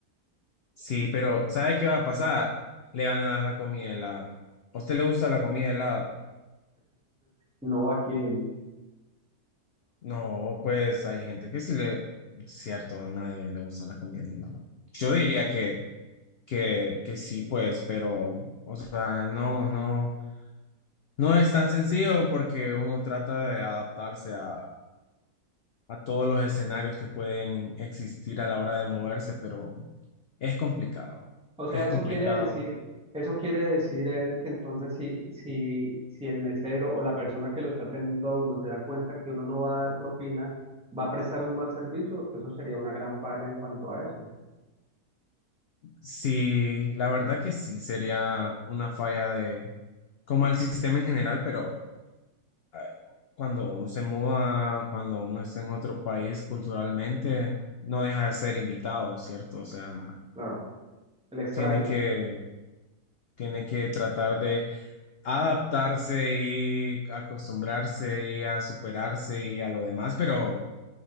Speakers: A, on the left; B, in the centre.
A: Sí, pero ¿sabe qué va a pasar? Le van a dar la comida helada. ¿A usted le gusta la comida helada?
B: No aquí en,
A: No, pues hay gente que sí le, cierto, a nadie le gusta la comida helada. Yo diría que, que, que sí, pues, pero, o sea, no, no, no es tan sencillo porque uno trata de adaptarse a, a todos los escenarios que pueden existir a la hora de moverse, pero es complicado,
B: O sea,
A: es
B: eso
A: complicado.
B: quiere decir, eso quiere decir, Eder, que entonces si, si, si el mesero o la persona que lo está atendiendo a uno se da cuenta que uno no va a dar propina, va a prestar un mal servicio, eso sería una gran falla en cuanto a eso.
A: Sí, la verdad que sí, sería una falla de, como al sistema en general, pero... eh, cuando uno se muda, cuando uno está en otro país culturalmente, no deja de ser invitado, ¿cierto? O sea,
B: Claro, el extraño.
A: tiene que, tiene que tratar de adaptarse y acostumbrarse y a superarse y a lo demás, pero